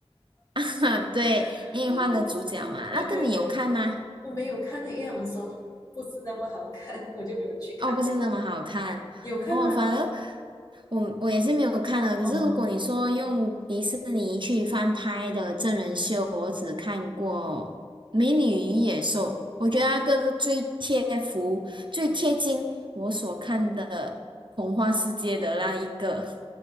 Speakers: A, on the right (about 50°); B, on the left (about 35°).
A: <laughs> 对，
B: <laughs>
A: 因为换了主角嘛，
B: 很好笑。对对对，
A: 那个你有看吗？
B: 我没有看那，因为他们说不是那么好看，我就没有去看呀。
A: 哦，不是那么好看哦。
B: 你有看吗？
A: 反而我我也是没有看的。可是如果你说用迪士尼去翻拍的真人秀，
B: 哦
A: 我只看过《美女与野兽》，我觉得那个是最贴服、
B: 哦，
A: 最贴近我所看的童话世界的那一个。